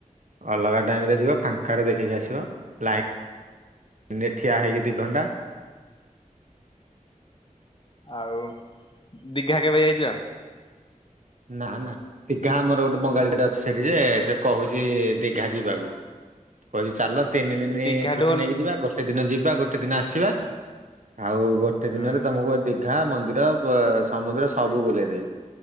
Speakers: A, on the right; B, on the left.
A: ଅଲଗା ଟାଇମରେ ଯିବ ଫାଙ୍କାରେ ଦେଖିକି ଆସିବ ଲାଇ ନରେ ଠିଆ ହେଇକି ଦିଘଣ୍ଟା
B: ଆଉ ଦିଘା କେବେ ଯାଇଚ?
A: ନା ନା ଦିଘା ଆମର ଗୋଟେ ବଙ୍ଗାଳୀ ଦେଇଟେ ଗୋଟେ ଅଛି ସେଠି ଯେ ସେ କୋହୁଚି ଦିଘା ଯିବାକୁ। କହିଚି ଚାଲ ତିନି ଦିନି
B: ଦିଘାଠୁ
A: ଛୁଟି
B: ଭଲ
A: ନେଇକି ଯିବା ଗୋଟେ ଦିନ ଯିବା, ଗୋଟେ ଦିନ ଆସିବା, ଆଉ ଗୋ ଟେ
B: ହୁଁ
A: ଦିନରେ ତମକୁ ଦୀଘା, ମନ୍ଦିର, ପ-ସମୁଦ୍ର, ସବୁ ବୁଲେଇ ଦେବି।